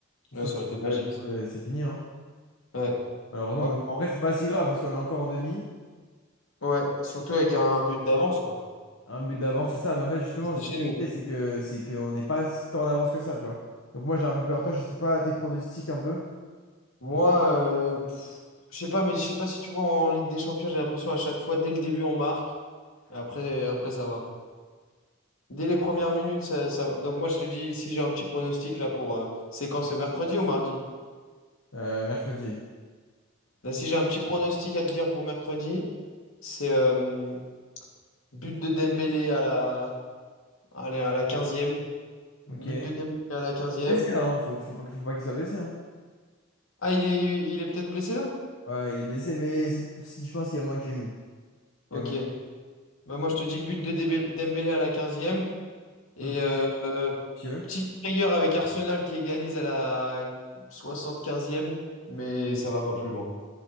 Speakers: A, on the left; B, on the left.
A: Là,
B: Sauf
A: ça
B: que,
A: aurait été magique,
B: bah, du coup,
A: ça.
B: euh, c'est fini, hein.
A: Ouais.
B: Malheureusement,
A: Ouais,
B: mais bon, en vrai, c'est pas si grave parce qu'on est encore en demi.
A: ouais. surtout avec un but d'avance, quoi.
B: Un but d'avance, c'est ça. Mais en fait, justement,
A: C'était
B: ce
A: chez
B: que je
A: nous.
B: disais, c'est que c'est qu'on n'est pas tant en avance que ça, tu vois. Donc moi, j'ai un peu peur. Toi, je sais pas tes pronostics un peu.
A: Moi, euh, pff, je sais pas, mais je sais pas si tu vois en Ligue des Champions, j'ai l'impression à chaque fois, dès le début, on marque. Après, après, ça va. Dès les premières minutes, ça, ça va. Donc moi, je te dis, si j'ai un petit pronostic là pour... euh, c'est quand? C'est mercredi ou mardi?
B: Euh, mercredi.
A: Là, si j'ai un petit pronostic à te dire pour mercredi, c'est euh, but de Dembélé à la, allez, à la quinzième.
B: Ok.
A: But de Dembélé à la quinzième.
B: Blessé là, hein. Faut, faut pas, faut pas qu'il soit blessé. hein.
A: Ah, il est, il est peut-être blessé là?
B: Ouais, il est blessé, mais c'est- si je pense qu'il y a moins qu'il joue. Il
A: Ok.
B: y a moyen-
A: Bah, moi, je te dis but de Dembélé Dembélé à la quinzième. Et
B: Ok,
A: euh, euh,
B: monsieur.
A: petite frayeur avec Arsenal qui égalise à la soixante quinzième, mais ça va pas plus loin.